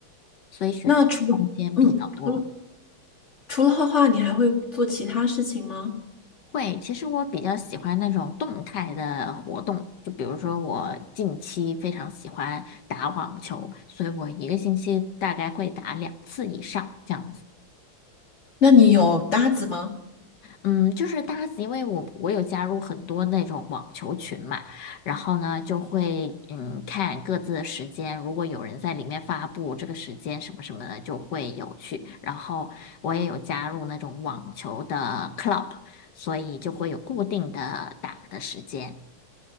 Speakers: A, on the left; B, on the left.
A: 所以选择空间比较多。
B: 那除了嗯，除了除了画画，你还会做其他事情吗？
A: 会，其实我比较喜欢那种动态的活动，就比如说我近期非常喜欢打网球，所以我一个星期大概会打两次以上这样子。
B: 那你有搭子吗？
A: 嗯，就是搭子，因为我我有加入很多那种网球群嘛，然后呢就会嗯看各自的时间，如果有人在里面发布这个时间什么什么的，就会有去。然后我也有加入那种网球的 club，所以就会有固定的打的时间，